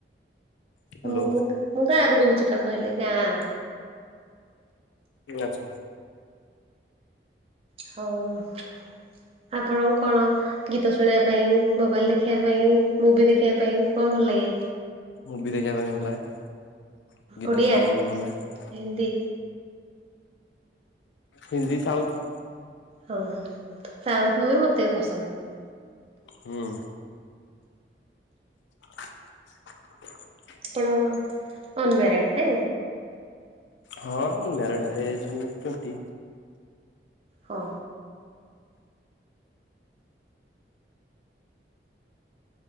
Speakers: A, on the left (about 85°); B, on the right (about 35°).
A: ହ୍ୟାଲୋ।
B: ମୁଁ ମୁଁ ଗାଁ ରୁ କହୁଛି ତ। କହିଲି ଗାଁ।
A: ଆଚ୍ଛା।
B: ହଉ ଆପଣ କଣ ଗୀତ ଶୁଣିବା ପାଇଁ ମୋବାଇଲ ଦେଖିବା ପାଇଁ, ମୁଭି ଦେଖିବା ପାଇଁ କଣ ଭଲ ଲାଗେ?
A: ମୁଭି ଦେଖିବା ପାଇଁ ଭଲ ଲାଗେ। ଗୀତ
B: ଓଡ଼ିଆ
A: ଶୁଣିବାକୁ ବି ଭଲ ଲାଗେ।
B: ହିନ୍ଦୀ
A: ହିନ୍ଦୀ ସାଉଥ।
B: ହଁ ହଁ। ସାଉଥ ମୁଭି ମତେ ବି ପସନ୍ଦ।
A: ହୁଁ। <inaudible>
B: ଆପଣ ଅନମ୍ୟାରେଡ ଟି?
A: ହଁ ଅନମ୍ୟାରେଡ୍। ଏଜ୍ ହିଁ ଟ୍ବେଣ୍ଟି।
B: ହଁ।